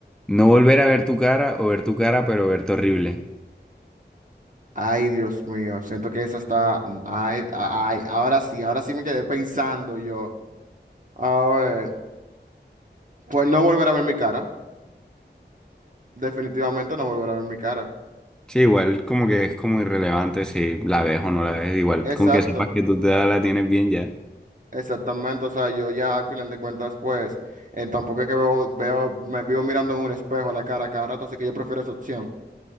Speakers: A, in the centre; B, on the right.
A: No volver a ver tu cara o ver tu cara, pero verte horrible.
B: Ay, Dios mío, siento que esa está. Ay, ay, ahora sí, ahora sí me quedé pensando yo. A ver, pues no volver a ver mi cara. Definitivamente no volver a ver mi cara.
A: Sí, igual como que es como irrelevante si la ves o no la ves. Igual,
B: Exacto,
A: con que sepas que tú te la tienes bien ya.
B: exactamente. O sea, yo ya al final de cuentas, pues, eh, tampoco es que veo, veo, me vivo mirando en un espejo a la cara cada rato, así que yo prefiero esa opción.